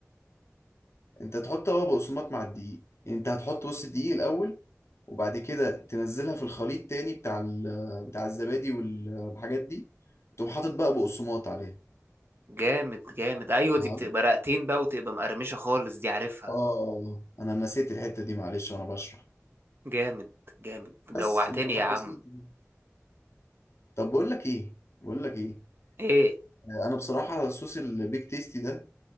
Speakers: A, on the left (about 60°); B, on the right (about 45°).
A: انت تحط هو بقسماط مع الدقيق يعني انت هتحط بص الدقيق الأول وبعد كده تنزلها في الخليط تاني بتاع ال- بتاع الزبادي وال- والحاجات دي تقوم حاطط بقى بقسماط عليها
B: جامد جامد ايوه
A: نعم
B: دي بتبقى رقتين بقى وتبقى مقرمشة خالص دي عارفها
A: اه آه. انا نسيت الحتة دي معلش وانا بشرح
B: جامد جامد
A: بس
B: جوعتني
A: الموضوع
B: يا عم
A: بسيط يعني. طب بقول لك ايه بقول لك ايه
B: ايه
A: آه، انا بصراحة صوص البيك تيستي ده